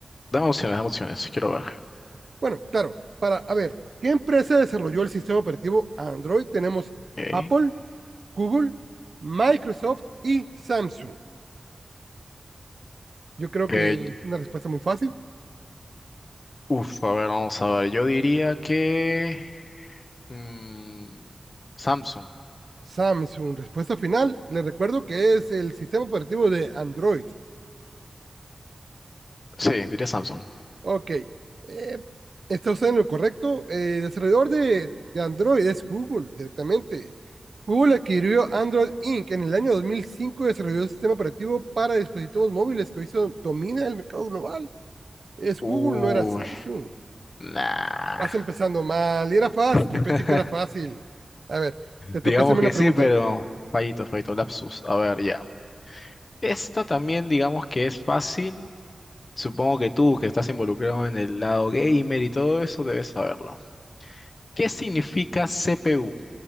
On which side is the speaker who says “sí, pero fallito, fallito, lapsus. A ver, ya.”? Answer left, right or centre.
Left